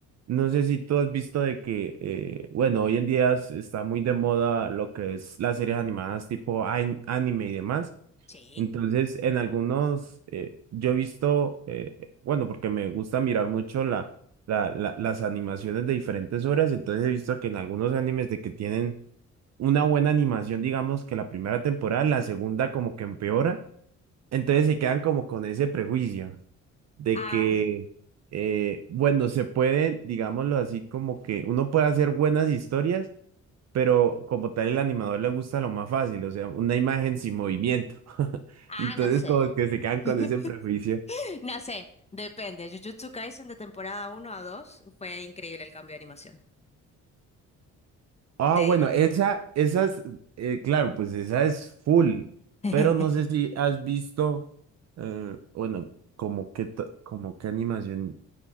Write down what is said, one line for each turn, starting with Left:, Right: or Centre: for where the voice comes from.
Right: no sé si tú has visto de que, eh, bueno, hoy en día es- está muy de moda lo que es las series animadas tipo an- anime y demás.
Left: Sí.
Right: Entonces, en algunos, eh, yo he visto, eh, bueno, porque me gusta mirar mucho la, la, la- las animaciones de diferentes obras, entonces he visto que en algunos animes de que tienen una buena animación, digamos, que la primera temporada, la segunda como que empeora. Entonces se quedan como con ese prejuicio de
Left: Ah,
Right: que,
Left: n-
Right: eh, bueno, se pueden, digámoslo así, como que uno puede hacer buenas historias, pero como tal el animador le gusta lo más fácil, o sea, una imagen sin movimiento. <laughs>
Left: ah,
Right: Entonces
Left: no sé.
Right: como que se quedan con
Left: <laughs>
Right: ese prejuicio.
Left: No sé, depende. Jujutsu Kaisen de temporada uno a 2 fue increíble el cambio de animación.
Right: Ah,
Left: Te
Right: bueno,
Left: diré.
Right: esa, esas, eh, claro, pues esa es full,
Left: <laughs>
Right: pero no sé si has visto, eh, bueno, como que, to- como que animación.